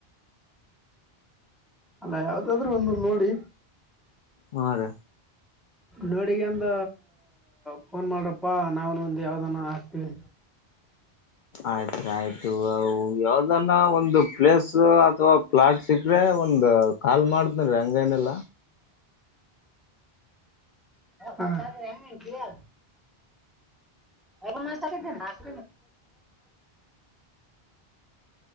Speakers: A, in the centre; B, on the left.
A: ಅಲ್ಲ ಯಾವ್ದಾದ್ರೂ ಒಂದು ನೋಡಿ
B: ಹ ರ
A: ನೋಡಿಗ ಅಂದ ಫೋನ್ ಮಾಡ್ರಪ್ಪಾ ನಾವನ್ ಒಂದ ಯಾವ್ದಾನ ಹಾಕ್ತಿೀವಿ
B: ಆಯ್ತ್ ಆಯ್ತು ಯಾವ್ದನ್ನ ಒಂದು ಪ್ಲೇಸ್ ಅಥವಾ ಪ್ಲಾಟ್ ಸಿಗ್ರೆ ಒಂದು ಕಾಲ್ ಮಾಡ್ತನ್ೀ ಹಂಗ ಏನೆಲ್ಲ
A: ಹಸಾದ ಹೆಂಗ ಹತಿಯಾ ಹತ ನಾಚ